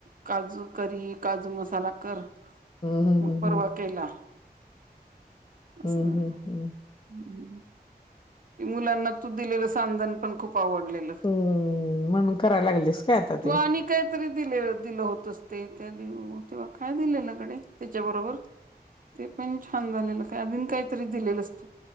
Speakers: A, on the right; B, on the left.
A: काजू करी काू काजू मसाला कर
B: हम्म
A: मग
B: हम्म
A: परवा केला. असं
B: हम्म हम्म
A: ह् मुलांना तू दिलेलं सांधन पण खूप खूप आवडलेलं
B: हम्म म्हणून करायला लागलीस काय आता
A: तू
B: ते
A: आणि कायतरी दिलेलं. दिले दिलं होत अस ते त्या तेव्हा काय दिले गडे त्याच्या बरोबर ते पण छान झालेलं काय आधीन काहीतरी दिलेलं असतो